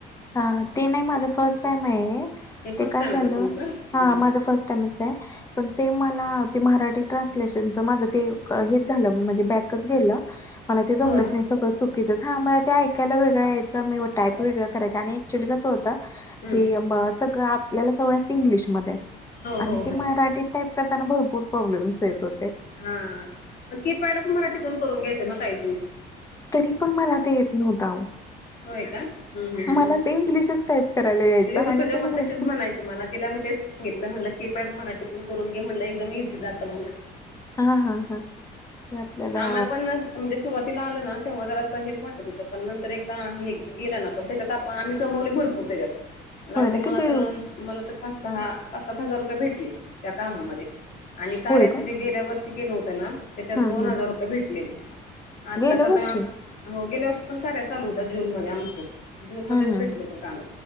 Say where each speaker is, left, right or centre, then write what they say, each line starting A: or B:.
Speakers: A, on the left; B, on the left.
A: हा. ते नाही, माझ फर्स्ट टाइम ए.
B: फर्स्ट
A: ते काय
B: टाइम
A: झालं
B: आहे का तुमचं?
A: हा
B: हं
A: माझं फर्स्ट टाइमच ए. पण ते मला ते म्हराठी ट्रान्सलेशनचं माझं ते हेच झालं म्हणजे बॅकच गेलं. मला ते जमलंच
B: हो
A: नाई. सगळं चुकीचं हा मला ते ऐकायला वेगळं यायचं मी टायप वेगळं त्याच्या न ॲक्च्युली कसं होत
B: हं
A: की म सगळं आपल्याला सवय असते इंग्लिशमध्ये.
B: हो
A: आणि
B: हो हो
A: ते मराठीत टाईप करताना भरपूर प्रॉब्लेम्स येत हो.
B: हा.. मग कीपॅडच मराठीतून करून घ्यायचा ना ताई तुम्ही.
A: तरी पण मला ते येत न्हवतं आओ.
B: होय का? हम्म हम्म
A: मला ते इंग्लिशच टाईप करायला यायचं
B: ती ऋतुजा
A: आणि ते
B: पण
A: मरा
B: तशीच म्हणायची मला. तिला मी तेच सांगितलं म्हणलं कीपॅड म्हराठीतून करून घे म्हणलं एकदम इझी जातं मग.
A: हा हा हा. आपल्याला
B: आम्हाला पण म्हणजे सुरुवातीला आलं ना तेव्हा जरासं हेच वाटत होतं. पण नंतर एकदा हे गेलं ना, पण त्याच्यात आपण आम्ही कमवले भर पुरतंय त्यात मला
A: होय
B: वाटते
A: ना
B: मला
A: किती
B: तर,
A: हम्म
B: मला तर पाच सहा पाच सात हजार रुपये भेटले, त्या कामामधे. आणि कार्याचं
A: होय का
B: जे गेल्या वर्षी केलं होतं ना त्याच्यात
A: हम्म
B: दोन
A: हम्म
B: हजार रुपये भेटलेले. आत्ताचाता,
A: गेल्या वर्षी
B: हो गेल्या वर्षी पण कारया चालू होतं जून मध्ये आमचं. जून
A: हम्म
B: मध्येच
A: हम्म
B: भेटलं होतं काम.